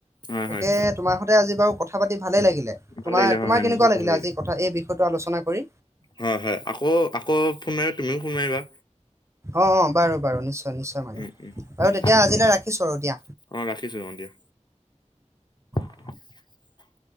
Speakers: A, on the left (about 35°); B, on the right (about 20°).
A: হয় হয়
B: একে তোমাৰ সৈতে আজি বাৰু কথা পাতি ভালেই লাগিলে। তোমাৰ-তোমাৰ
A: ভাল লাগিলে হয় হয়
B: কেনেকুৱা
A: বহুত
B: লাগিল
A: ভাল লাগিলে
B: আজি কথা এই বিষয়টো আলোচনা কৰি
A: হয় হয় আকৌ-আকৌ ফোন মা, তুমিও ফোন মাৰিবা।
B: অ' অ বাৰু-বাৰু নিশ্চয়। নিশ্চয় মাৰিম
A: উম উম
B: আৰু
A: ঠিক
B: তেতিয়া
A: আছে
B: আজিলৈ
A: বাৰু
B: ৰাখিছো আৰু দিয়া।
A: অঁ ৰাখিছোঁ অঁ দিয়া <unintelligible>
B: <inaudible>